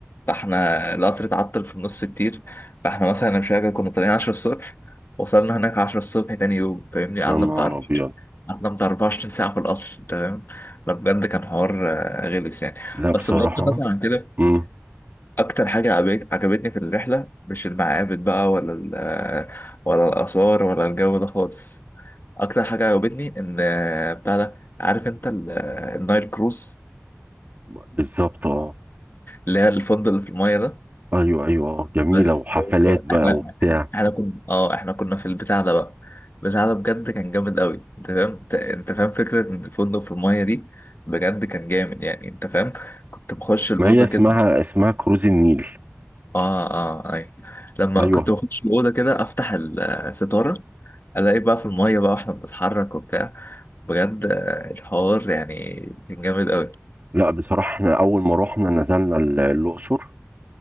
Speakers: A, on the left; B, on the right.
A: فاحنا القطر اتعطل في النص كتير فاحنا مثلا انا مش فاكر كنا طالعين 10 الصبح وصلنا هناك 10 الصبح تاني يوم فاهمني قعدنا
B: يا نهار
A: بتاع
B: ابيض
A: قعدنا بتاع 24 ساعه في القطر انت فاهم لا بجد كان حوار آه، غلس يعني
B: لا بصراحة
A: بس بغض النظر عن كده
B: امم
A: اكتر حاجه عجبت- عجبتني في الرحله مش المعابد بقى ولا ال- ولا الاثار ولا الجو ده خالص اكتر حاجه عجبتني ان بتاع ده عارف انت ال- النايل كروز
B: بالظبط اه
A: اللي هي الفندق اللي في المايه ده
B: ايوه ايوه اه جميلة
A: بس
B: وحفلات
A: هو
B: بقى
A: احنا
B: وبتاع
A: احنا كنا اه احنا كنا في البتاع ده بقى البتاع ده بجد كان جامد قوي انت فاهم انت أنت فاهم فكره ان الفندق في المايه دي بجد كان جامد يعني انت فاهم كنت بخش الاوضه
B: ما هي اسمها
A: كده
B: اسمها كروز النيل
A: اه اه اي لما
B: ايوه
A: كنت بخش الاوضه كده افتح الستاره الاقي بقى في الميه بقى واحنا بنتحرك وبتاع بجد آه، الحوار يعني كان جامد قوي
B: لا بصراحة احنا اول ما رحنا نزلنا ال- الاقصر